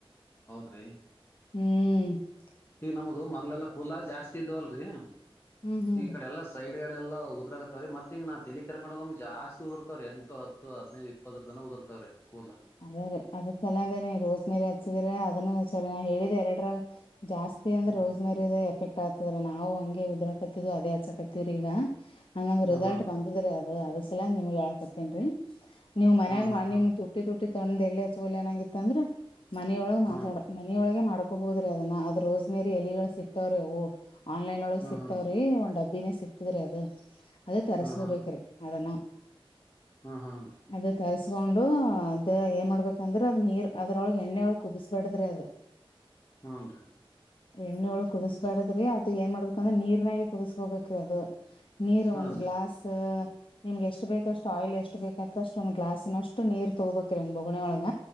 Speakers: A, on the left (about 25°); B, on the left (about 60°).
A: ಹೌದರಿ. <inaudible>
B: ಹೂ <inaudible>
A: ಈಗ ನಮ್ದು ಮೊದಲೆಲ್ಲಾ ಕೂದಲಾ ಜಾಸ್ತಿ ಇದ್ವಲ್ರಿ.
B: ಹ್ಮ್ ಹ್ಮ್
A: ಈ
B: ರೀ
A: ಕಡೆ ಎಲ್ಲಾ <inaudible> ಸೈಡ್ ಗಡೆ ಎಲ್ಲಾ ಉದರಾಕತವರಿ ಮತ್ತ ಹಿಂಗ್ ನಾ ತೆಲಿ ಕೆರ್ಕೊಂಡಗ ಒಮ್ಮಿ ಜಾಸ್ತಿ ಉದುರತಾವ ರಿ ಎಂಟು, ಹತ್ತ <inaudible> ತ್ತು ಹದ್ನೈದು ಇಪ್ಪತ್ತರ ತನ ಉದರ್ತಾವವ್ರೀ ಕೂದ್ಲಾ? <inaudible>
B: ಅದೇ ರೀ ಅದರ ಸಲಗೆನೆ ರೋಸ್ ಮೇರಿ ಹಚ್ಚಿದ್ರ ಅದನ್ನು ಸ ನಾ ಹೇಳಿದ್ದ ಎರಡರಾಗ <inaudible> ಜಾಸ್ತಿ ಅಂದ್ರ
A: ಹ್ಮ್
B: ರೋಸ್ ಮೇರಿ? <inaudible> ಎಫೆಕ್ಟ್ ಆಗ್ತದ್ರಿ ನಾವು ಹಂಗೆ ಉದ್ರಾಕತ್ತಿದವು ಅದೇ ಹಚ್ಚಕತ್ತವ್ರಿ ಈಗ. <inaudible> ಹಂಗಂದ
A: ಹಾ
B: ರಿಸಲ್ಟ್
A: ಹಾನ್ರಿ
B: ಬಂದದ್ರೀ ಅದು ಅದರ್ ಸಲವಾಗಿ ನಿಮಗ ಹೇಳಕತ್ತಿನೀ ರೀ ನೀವ್ ಮನ್ಯಾಗ
A: ಹಾ ಹಾ ಹಾ
B: ನಿಮ <inaudible> ತುಟ್ಟಿ ತುಟ್ಟಿ ತಂದು ಎಲ್ಲಿ ಹಚ್ಚಗಲ್ ಅನಂಗಿತ್ತ ಅಂದ್ರ ಮನಿಯೊಳಗೆ
A: ಹಾನ್ರಿ
B: ಮಾತಾಡ. <inaudible> ಮನಿ ಒಳಗ್ ಮಾಡ್ಕೋಬೋದ್ರಿ ಅದನ್ನ ಅದ್ ರೋಸ್ ಮರಿ ಎಲಿಗಳು ಸಿಕ್ <inaudible> ಸಿಗ್ತವರಿ ಅವು ಆನ್ಲೈನ್ ಒಳಗ್
A: ಹಾ
B: ಸಿಕ್ತಾವರಿ
A: ಹಾನ್ರಿ
B: ಒಂದ್ ಡಬ್ಬಿನೇ ಸಿಕ್ತದ್ರಿ ಅದು <inaudible> ಅದೇ ತರಸ್ಕೋಬೇಕ್ರಿ
A: ಹಾ
B: ಅದನ್ನ <inaudible>
A: ಹ ಹ <inaudible>
B: ಅದ ತರ್ಸ್ಕೊಂಡು ಅದ್ ಏನ್ ಮಾಡಬೇಕ ಅಂದರ್ ಅದ ನೀರ್ ಅದ್ರೊಳಗೆ ಎಣ್ಣೆ ಒಳ ಕುದಸಬೇಡದ್ರಿ ಅದ <inaudible>
A: ಹೂನ್ ರೀ. <inaudible>
B: ಎಣ್ಣೆ ಒಳಗ್ ಕುದಿಸಬ್ಯಾಡದ್ರಿ ಅದ ಏನ್ ಮಾಡಬೇಕಂದ್ರೆ ನೀರ್ನಾಗ ಕುದಿಸ್ಕೋಬೇಕ್ರಿ ಅದು. <inaudible> ನೀರು
A: ಹಾನ್ರಿ
B: ಒಂದು ಗ್ಲಾಸ? <inaudible> ನಿಮಗ ಎಷ್ಟ ಬೇಕಷ್ಟು ಆಯಿಲ್ ಎಷ್ಟು ಬೇಕತ್ತಷ್ಟ ಒಂದ್ ಗ್ಲಾಸನ ಅಷ್ಟು ನೀರ್ ತೊಗೋಬೇಕ್ರಿ ಒಂದ್ ಬೊಗಣಿ ಒಳಗ